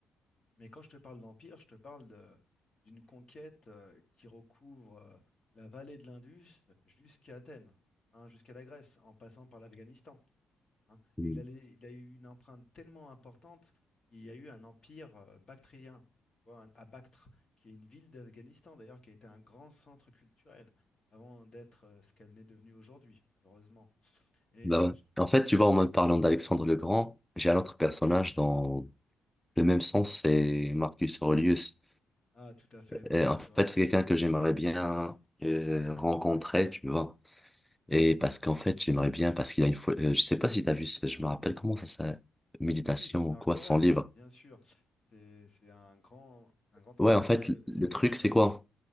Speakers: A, on the left (about 40°); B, in the centre.
A: Mais quand je te parle d'empire, je te parle de- d'une conquête euh, qui recouvre euh, la vallée de l'Indus jusqu'à Athènes, hein, jusqu'à la Grèce, en passant par l'Afghanistan hein. Et
B: Mm.
A: il allait- il a eu une empreinte tellement importante qu'il y a eu un empire euh, bactrien, tu vois, à Bactre, qui est une ville d'Afghanistan d'ailleurs, qui a été un grand centre culturel avant d'être euh, ce qu'elle n'est devenue aujourd'hui, malheureusement. Et
B: Bah ouais.
A: j-
B: En fait, tu vois, en même parlant d'Alexandre le Grand, j'ai un autre personnage dans le même sens, c'est Marcus Aurelius.
A: ah, tout à fait, Marcus
B: Et en fait,
A: Aurelius.
B: c'est quelqu'un
A: Oui,
B: que j'aimerais bien euh, rencontrer, tu vois. Et parce qu'en fait, j'aimerais bien, parce qu'il y a une fois, euh, je sais pas si t'as vu, ce- je me rappelle comment ça s'appelle, méditation
A: Oui, c'est Marc
B: ou quoi,
A: Aurèle,
B: sans livre.
A: bien sûr. C'est c'est un grand, un grand
B: Ouais,
A: empereur.
B: en fait,
A: C'est le,
B: le
A: c'est le
B: truc,
A: père de Commode.
B: c'est quoi?